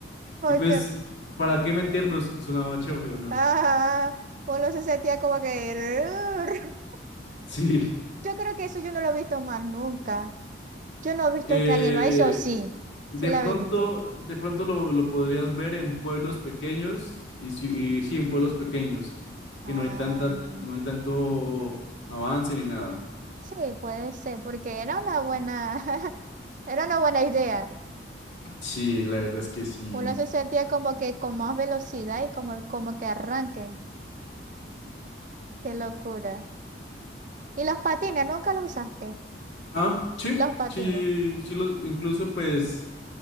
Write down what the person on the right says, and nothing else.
Porque
Ajá. Uno se sentía como que... "Rrr".
Yo creo que eso yo no lo he visto más nunca. Yo no he visto
que alguien lo ha hecho, sí.
Sí la
habéis visto.
Ah,
sí, puede ser, porque era una buena, <laughs> era una buena idea.
Uno se sentía como que con más velocidad y como, como que arranque. Qué locura. Y los patines, nunca los usaste.
Los patines.